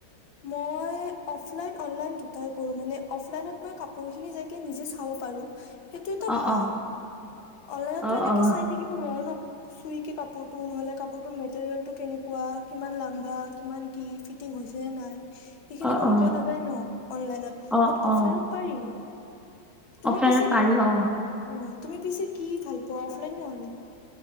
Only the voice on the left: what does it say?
মই অফলাইন অনলাইন দুটাই কৰো মানে, অফলাইনত মই কাপোৰ কানি যাই নিজে চাব পাৰো। সেইটো এটা
ভাল,
অনলাইনতো
এনেকে
চাই থাকিব নোৱাৰো ন। চুই কে কাপোৰটো, নহলে কাপোৰ তৰ মেটেৰিয়েল টো কেনেকুৱা। কিমান লাম্বা, কিমান কি ফিটিং হৈছে যে নাই। সেইখিনি
গম
পোৱা নাযায় ন অনলাইনত,
বাট অফলাইনত
পাৰি। তুমি
পিছে
অ', তুমি পিছে কি ভাল পোৱা? লাইন নে অনলাইন?